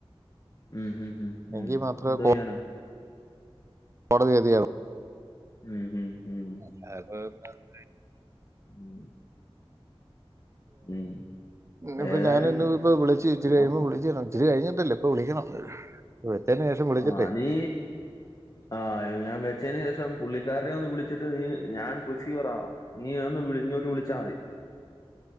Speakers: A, on the left; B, on the right.
A: ഉം ഉം ഉം ഉം ഉം
B: എങ്കിൽ മാത്രമേ
A: എന്തൊയ്യാനാ
B: കോടതി വിധിയാകും
A: ഉം ഉം ഉം
B: <unintelligible>
A: ഉം ഉം.
B: ഇന്ന് പ്പൊ
A: ഏതായാലും
B: ഞാനിന്ന് ഇപ്പ വിളിച്ച് ഇച്ചരി
A: നോക്കാം
B: കഴിയുമ്പോ വിളിച്ചരന്ന് ഇത്തിരി കഴിഞ്ഞിട്ടല്ല ഇപ്പ വിളിക്കണം വെച്ചേന്നു ശേഷം വിളിച്ചിട്ടെ
A: ആഹ് ലീ ആഹ് ഞാൻ വെച്ചന് ശേഷം പുള്ളിക്കാരനെ ഒന്ന് വിളിച്ചിട്ട് നീ ഞാൻ റസീവറാവ നീഒന്ന് വിളി ഇഞ്ഞോട്ട് വിളിച്ചാൽ മതി